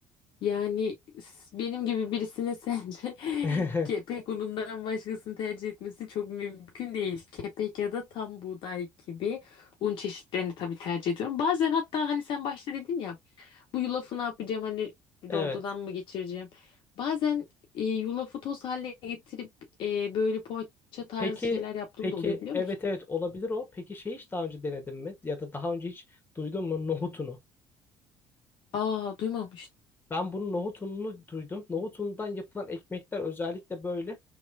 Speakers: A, on the left; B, on the left.
A: Yani s- benim gibi birisine sence
B: <laughs>
A: <laughs> kepek unundan başkasını tercih etmesi çok mümkün değil. Kepek ya da tam buğday gibi un çeşitlerini tabii tercih ediyorum. Bazen hatta hani sen başta dedin ya bu yulafı ne yapacağım hani
B: Evet.
A: rondodan mı geçireceğim. Bazen e, yulafı toz haline getirip e, böyle poğaça tarzı
B: Peki
A: şeyler yaptığım
B: peki
A: da oluyor biliyor
B: evet
A: musun?
B: evet olabilir o. Peki şey hiç daha önce denedin mi? Ya da daha önce hiç duydun mu nohutunu?
A: Aa duymamıştım.
B: Ben bunun nohut ununu duydum. Nohut unundan yapılan ekmekler özellikle böyle